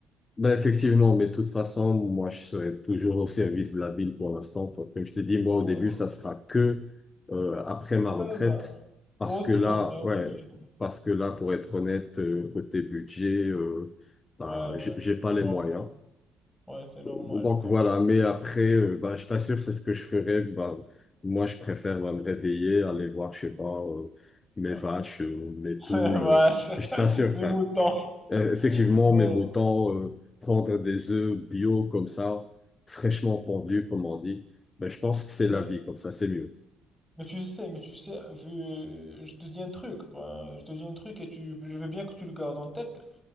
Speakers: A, on the left (about 20°); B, in the centre.
A: Ben effectivement, mais de toute façon, moi, je serai toujours au service de la ville pour l'instant. Comme je t'ai dit, moi, au
B: Ouais.
A: début, ça sera que euh, après ma retraite.
B: Ouais, ben,
A: Parce
B: moi aussi,
A: que là,
B: on est obligé.
A: ouais, parce que là, pour être honnête, euh, côté budget, euh, bah,
B: Ouais, ouais,
A: j'ai j'ai pas
B: c'est
A: les
B: normal.
A: moyens.
B: Ouais, c'est normal,
A: Donc
B: je comprends.
A: voilà, mais après, euh, bah, je t'assure, c'est ce que je ferais. Bah, moi, je préfère bah, me réveiller, aller voir, je sais pas, euh, mes
B: Ouais.
A: vaches, euh, mes poules.
B: <laughs> Vache,
A: Je t'assure, frère.
B: mes moutons.
A: Euh, effectivement,
B: Mais,
A: mais autant euh, prendre des œufs bio comme ça, fraîchement pendus, comme on dit, ben, je pense que c'est la
B: mais
A: vie, comme ça, c'est mieux.
B: Mais tu sais, mais tu sais, vu- je te dis un truc, ben, je te dis un truc et tu, je veux bien que tu le gardes en tête.